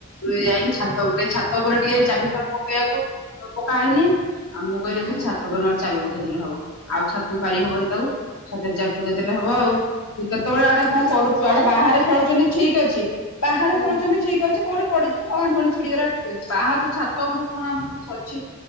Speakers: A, on the left; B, on the right.
A: ତୁଯାଇକି ଛାତ ଉପରେ ଛାତ ଉପରେ ଟିକେ ଚାବି ଫାବି ପକେଇବାକୁ ପକାହଉନି ଆଉ ମୁଁ କହିଲି
B: ହୁଁ
A: ଏ ଥର ଛାତ ଉପରେ ଚାବି ପକେଇ ଦେଲେହବ ଆଉ ଛାତ ପାରି ହବନି ତାକୁ ଛାତରେ ଚାବି ପକେଇ ଦେଲେ ହବ ଆଉ ତୁ କେତେବେଳେ
B: ହୁଁ
A: ଅଡେ?? କଣ
B: ନ
A: କରୁଛୁ ଆଡେ
B: ଆଉ
A: ବାହାରେ
B: ତମେ
A: ଖେଳୁଛନ୍ତି
B: ଆଡେ ଘରେ
A: ଠିକ ଅଛି ବାହାରେ
B: ହୁଁ
A: ଖେଳୁଛନ୍ତି ଠିକ ଅଛି କୋଉଠି ପଡିଯିବେ। କଣ ଆଣ୍ଠୁ ପାଣ୍ଠୁ ଛିଡି ଗଲା ଠିକ ଅଛି ପାହାଚ ଛାତ ଉପରୁ କଣ ଆମର କିଛି ଅଛି?